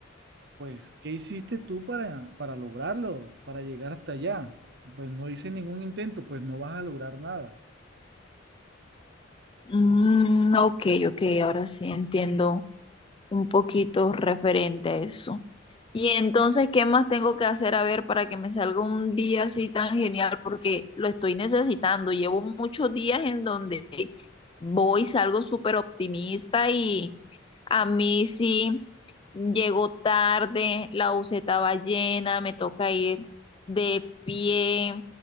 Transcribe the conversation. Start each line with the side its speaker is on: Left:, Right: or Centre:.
Right: pues, ¿qué hiciste tú para, para lograrlo, para llegar hasta allá? Pues no hice ningún intento, pues no vas a lograr nada,
Left: Mm, ok, ok, ahora sí entiendo un poquito referente a eso. Y entonces, ¿qué más tengo que hacer a ver para que me salga un día así tan genial? Porque lo estoy necesitando. Llevo muchos días en donde voy, salgo súper optimista y a mí sí. Llego tarde, la buseta va llena, me toca ir de pie.